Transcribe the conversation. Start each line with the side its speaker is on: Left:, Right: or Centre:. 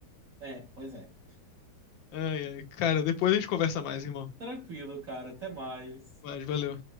Right: É, pois é.
Left: Ai, ai, cara, depois a gente conversa mais, irmão.
Right: Tranquilo, cara, até mais.
Left: Mas valeu.